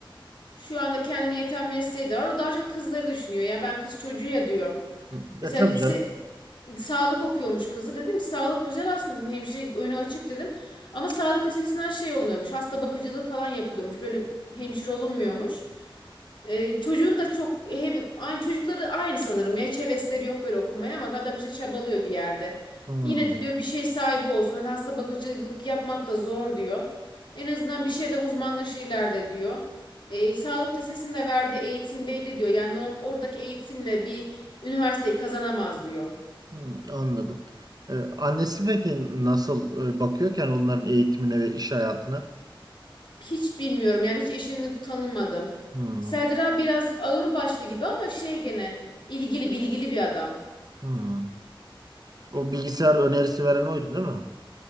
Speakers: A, on the left (about 60°); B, on the right (about 45°).
A: Şu anda kendine yeten mesleği de var. O daha çok kızları düşünüyor. Ya ben kız çocuğu ya diyor.
B: Hmm,
A: Mesela
B: E tabii
A: lise
B: canım.
A: sağlık okuyormuş kızı. Dedim ki sağlık güzel aslında dedim. Hemşire önü açık dedim. Ama sağlık lisesinden şey olmuyormuş. Hasta bakıcılığı falan yapılıyormuş. Böyle hemşire olunmuyormuş. Ee, çocuğun da çok hep, aynı çocukları aynı sanırım ya hiç hevesleri yok böyle okumaya ama adam işte çabalıyor bir yerde.
B: Hmm,
A: Yine de diyor bir şey sahibi olsun. Hani hasta bakıcılık yapmak da zor diyor. En azından bir şeyde uzmanlaşır ileride diyor. Ee, sağlık lisesinde verdiği eğitim belli diyor. Yani norm, oradaki eğitimle bir üniversiteyi kazanamaz diyor.
B: hmm, anladım. E, annesi peki nasıl e, bakıyor ki yani onların eğitimine ve iş hayatına?
A: Hiç bilmiyorum yani hiç eşini tanımadım.
B: Hmm,
A: Serdar abi biraz ağırbaşlı gibi ama şey gene ilgili bilgili bir adam.
B: hmm. O bilgisayar önerisi veren oydu değil mi?